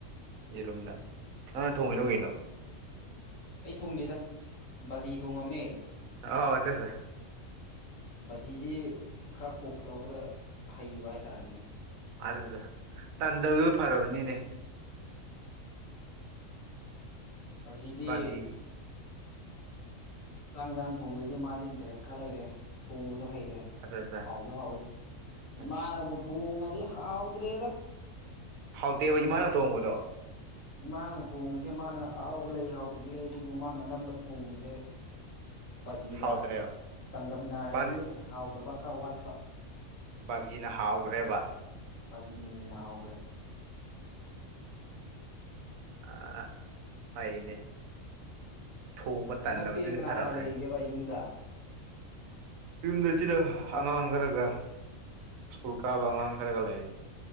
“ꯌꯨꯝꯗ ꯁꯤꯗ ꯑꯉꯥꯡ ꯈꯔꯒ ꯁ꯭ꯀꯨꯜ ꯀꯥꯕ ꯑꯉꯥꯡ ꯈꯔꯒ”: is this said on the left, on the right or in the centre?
Right